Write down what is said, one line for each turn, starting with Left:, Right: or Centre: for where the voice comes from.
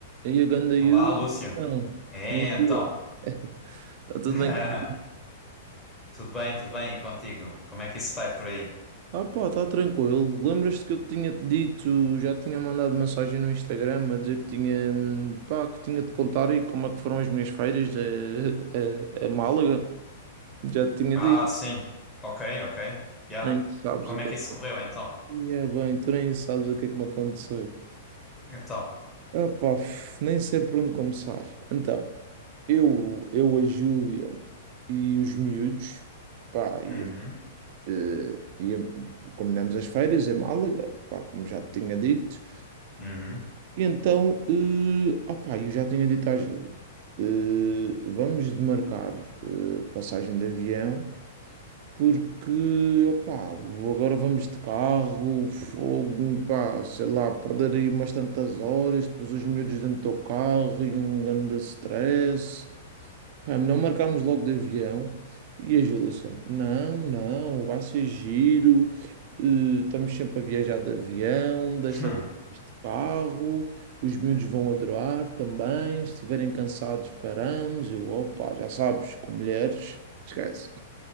Right: Aí a ganda Yuri,
Centre: Olá, Lúcio.
Right: então,
Centre: É,
Right: como é
Centre: então.
Right: que é? Está tudo
Centre: <laughs>
Right: bem? contigo?
Centre: Tudo bem, tudo bem, e contigo? Como é que isso vai por aí?
Right: Ah pá, está tranquilo. Lembras-te que eu te tinha dito, já tinha mandado mensagem no Instagram a dizer que tinha, hum, pá, que tinha de contar e como é que foram as minhas férias a, a, a Málaga? Já te tinha
Centre: Ah,
Right: dito,
Centre: sim. Ok, ok. Yeah.
Right: nem sabes
Centre: Como
Right: o que
Centre: é que
Right: é
Centre: isso correu então?
Right: que é bem, tu nem sabes o que é que me aconteceu.
Centre: Então.
Right: Ah pá, f- nem sei por onde começar. Então, eu, eu, a Júlia e os miúdos, pá, e
Centre: Uhum.
Right: Eh, ia- combinamos as feiras em Málaga, pá, como já te tinha dito.
Centre: Uhum.
Right: E então, eh, ah eu já tinha dito à Júlia, eh, vamos demarcar eh, passagem de avião, porque, opá, vou- agora vamos de carro, fogo, pá, sei lá, perder aí umas tantas horas, depois os miúdos dentro do carro e um grande stress. Pá, não marcámos logo de avião e ajuda sempre. Não, não, vai ser giro. eh, estamos sempre a viajar de avião, desta
Centre: <laughs> Hum.
Right: vez de carro. Os miúdos vão adorar também. Se estiverem cansados, paramos. Eu, opa, já sabes, com mulheres, esquece.